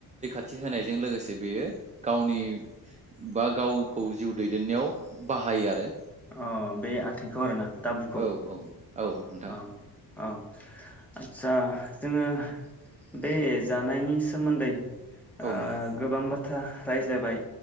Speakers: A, on the right; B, in the centre.
A: थि होनायजों लोगोसे बेयो गावनि बा गावखौ जिउ दैदेननायाव बाहायो आरो।
B: अह बे आथिंखौ आरोना दाबुखौ?
A: औ औ औ नोंथां
B: अह। अह, आथसा जोङो बे जानायनि सोमोन्दै ओ
A: औ नोंथां
B: गोबां बाथ्रा रायज्लायबाय